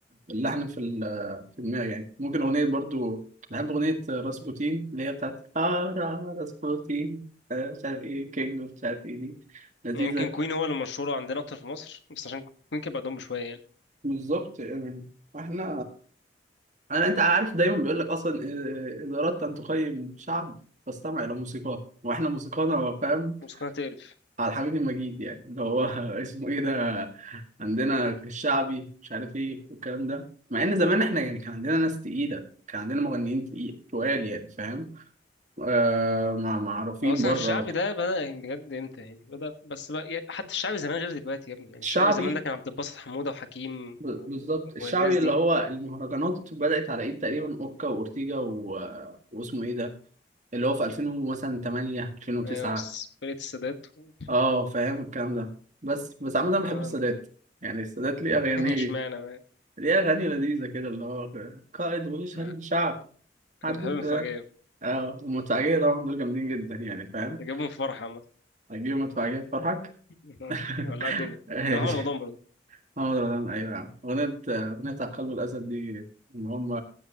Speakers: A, on the right; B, on the left.
A: اللحن في ال- في دماغي يعني ممكن اغنية برضو بحب اغنية راسبوتين اللي هي بتاعت اه را- راسبوتين آه، مش عارف ايه كينج مش عارف ايه دي لذيذة
B: يعني يمكن كوين هو اللي مشهور عندنا اكتر في مصر بس عشان كوين كان بعدهم بشويه يعني
A: بالظبط يعني. احنا انا انت عارف دايما بيقول لك اصلا آه، اذا اردت ان تقيم شعب فاستمع الى موسيقاه واحنا موسيقانا فاهم
B: بس كنا تقرف
A: على الحميد المجيد يعني اللي هو <laughs> اسمه ايه ده عندنا الشعبي مش عارف ايه والكلام ده مع ان زمان احنا يعني كان عندنا ناس تقيله كان عندنا مغنيين تقيل تقال يعني فاهم آه مع- معروفين
B: هو اصلا
A: بره
B: الشعب ده بدأ يعني بجد امتى يعني بدأ بس بقى يعني حتى الشعب زمان غير دلوقتي يا ابني يعني
A: الشعبي
B: الشعب زمان ده كان عبد الباسط حمودة وحكيم
A: ب-
B: و...
A: بالظبط الشعبي
B: والناس دي
A: اللي هو المهرجانات بدأت على ايد تقريبا اوكا واورتيجا و... واسمه ايه ده اللي هو في 2000 مثلا 8 2009
B: ايوه بس فرقة السادات و...
A: اه فاهم الكلام ده بس بس عامة بحب
B: آه،
A: السادات
B: انا
A: يعني السادات ليه
B: <laughs>
A: أغاني
B: اشمعنى بقى
A: ليه أغاني لذيذة كده اللي هو قائد ويشهد
B: آه،
A: للشعب حد
B: انا بحب المفاجأة
A: اه والمدفعية طبعا دول جامدين جدا يعني فاهم
B: اللي جابهم في فرح عامة
A: هتجيب مدفعية تفرحك
B: <laughs>
A: <laughs>
B: ولع الدنيا
A: ماشي
B: جاب محمد رمضان برضه
A: محمد رمضان أيوة يا عم أغنية أغنية على قلب الأسد دي إن هم